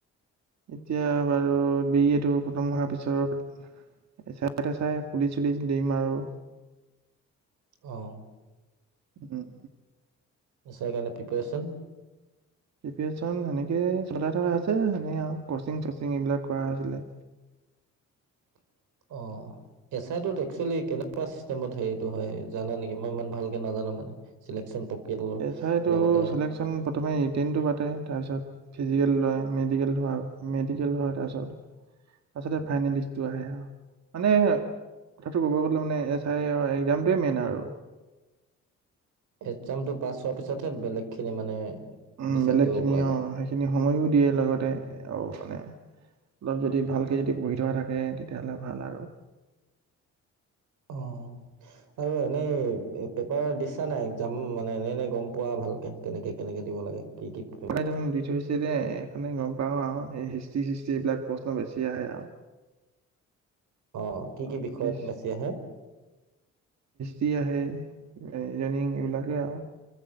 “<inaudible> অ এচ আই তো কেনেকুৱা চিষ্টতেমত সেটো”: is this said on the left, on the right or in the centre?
Right